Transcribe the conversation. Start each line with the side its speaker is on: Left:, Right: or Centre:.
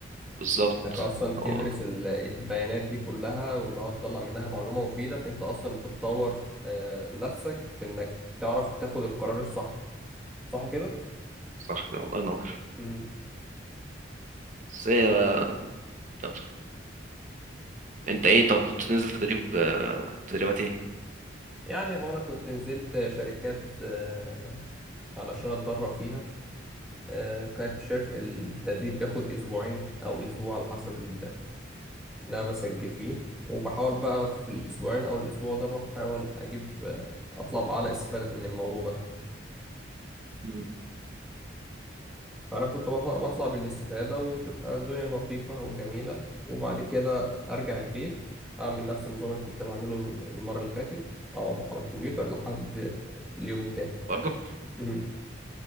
Right: بالظبط
Centre: انك اصلا
Right: أه
Centre: تدرس ال- البيانات دي كلها واللي هو تطلع منها معلومة مفيدة فانت اصلا بتطور آه، نفسك في انك تعرف تاخد القرار الصح صح كده؟
Right: صح كده الله ينور
Centre: امم
Right: بس هي- يلا أنت إيه طب كنت تنزل تدريب آه، تدريبات إيه؟
Centre: يعني هو انا كنت نزلت شركات آه، علشان اتدرب فيها آه، كانت الشركة التدريب بياخد اسبوعين او اسبوع على حسب ال- اللي انا بسجل فيه وبحاول بقى في الاسبوعين او الاسبوع ده بحاول اجيب آه، اطلع باعلى استفادة من الموضوع ده
Right: مم.
Centre: فأنا كنت بطلع, بطلع بالاستفادة وتبقى الدنيا لطيفة وجميلة وبعد كده أرجع البيت أعمل نفس النظام اللي كنت بعمله المرة اللي فاتت أقعد على الكمبيوتر لحد اليوم التاني
Right: برضه
Centre: مهم.